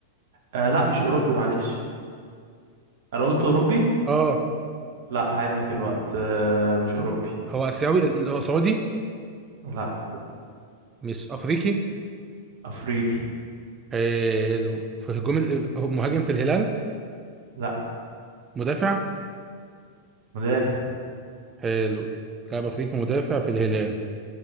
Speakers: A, on the right; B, on the right.
A: آه، لا مش أوروبي معلش أنا قلت أوروبي
B: اه
A: لا هعيد لك الوقت آه مش أوروبي
B: هو اسيوي ال- هو سعودي
A: لا
B: مش افريقي
A: أفريقي
B: حلو في هجوم ال- هو مهاجم في الهلال
A: لا
B: مدافع
A: مدافع
B: حلو لاعب افريقي مدافع في الهلال